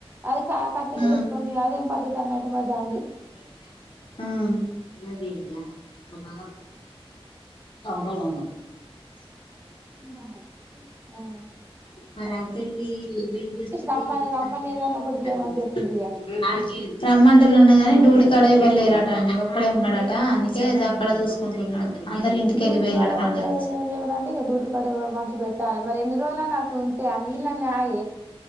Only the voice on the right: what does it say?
అది కట్టలు
వేసుకొని అది పద్ధతి అన్నట్టు మరి దాన్ని
ఆ
రమ్మని
రమ్మని ఏదన్నా ఒకటి చేయమని
చెప్పుంది ఇక
డ్యూటికాడ
లేవరండి ఇంక డ్యూటికాడ మంచి పెట్టాలి మరి ఎందుకు ఇలా నాకు ఉంటే ఆ నీళ్ళని ఆయ